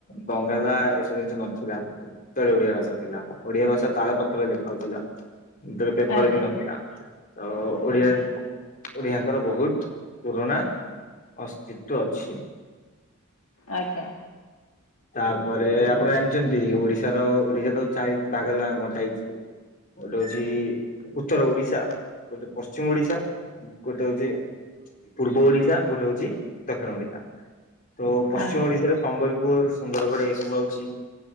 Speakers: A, on the left; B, on the left.
A: ବଙ୍ଗାଲା ଏସବୁ ଜିନିଷ ନଥିଲା ସେତେବେଳେ ଓଡିଆ ଭାଷା ଥିଲା, ଓଡିଆ ଭାଷା ତାଳ ପତ୍ରରେ ଲେଖା ହଉଥିଲା। ସେତେବେଳେ ପେପର
B: ଆଜ୍ଞା
A: ବି ନଥିଲା। ତ ଓଡିଆ
B: ଆଜ୍ଞା
A: ଓଡିଆଙ୍କର ବହୁତ ପୁରୁଣା ଅସ୍ତିତ୍ବ ଅଛି।
B: ଆଜ୍ଞା।
A: ତାପରେ ଆପଣ ଜାଣିଚନ୍ତି ଓଡିଶାର ଓଡିଶାକୁ ଚାରି ଭାଗରେ ବଣ୍ଟା ହେଇଛି। ଗୋଟେ ହଉଛି ଉତ୍ତର ଓଡିଶା, ଗୋଟେ ପଶ୍ଚିମ ଓଡିଶା ଗୋଟେ ହଉଛି ପୂର୍ବ ଓଡିଶା, ଗୋଟେ ହଉଛି ଦକ୍ଷିଣ ଓଡିଶା। ତ ପଶ୍ଚିମ
B: ଆଜ୍ଞା
A: ଓଡିଶାରେ ସମ୍ବଲପୁର, ସୁନ୍ଦରଗଡ ଏସବୁ ଆଉଛି।